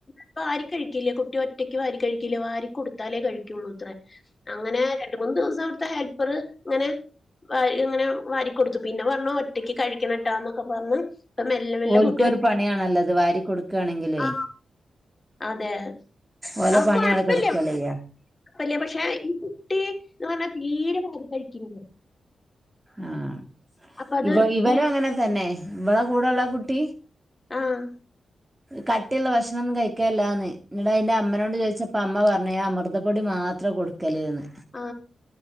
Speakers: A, on the left (about 25°); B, on the right (about 15°).
A: പ്പ ആര് കഴിക്കില്ലേ കുട്ടി ഒറ്റക്ക് വാരി കഴിക്കില്ലേ വാരി കൊടുത്താലേ കഴിക്കുള്ളൂത്രേ അങ്ങനെ രണ്ട് മൂന്ന് ദിവസം അവിടുത്തെ ഹെൽപ്പർ ഇങ്ങനെ വരി ഇങ്ങനെ വാരി കൊൊടുത്തു പിന്നെ പറഞ്ഞു ഒറ്റക്ക് കഴിക്കണട്ടാന്നൊക്കെ പറഞ്ഞ് ഇപ്പ മെല്ലെ മെല്ലെ
B: ഓൽക്കൊരു
A: കുട്ടി ഒറ്റയ്ക്ക്
B: പണിയാണല്ലത് വാരി കൊടുക്കാണെങ്കിലേ.
A: ആ അതെ
B: ഓലെ
A: അവർക്ക്
B: പണി
A: കൊഴപ്പില്ല.
B: അവിടെ കെടക്കല്ലയ്യ.
A: വല്യ പക്ഷെ ഈ കുട്ടി എന്ന് പറഞ്ഞാ തീരെ വാരി കഴിക്കണില്ല.
B: ആഹ്
A: അപ്പ അത്
B: ഇവ ഇവനും
A: പിന്നെ
B: അങ്ങനെ തന്നെ. ഇവള കൂടെള്ള കുട്ടി.
A: ആഹ്.
B: കട്ടിയുള്ള ഭക്ഷണൊന്നും കഴിക്കല്ലാന്ന് നിടാ അതിന്റെ അമ്മനോട് ചോദിച്ചപ്പോ അമ്മ പറഞ്ഞു അമൃത പ്പൊടി മാത്രം കൊടുക്കല്ന്ന്
A: ആ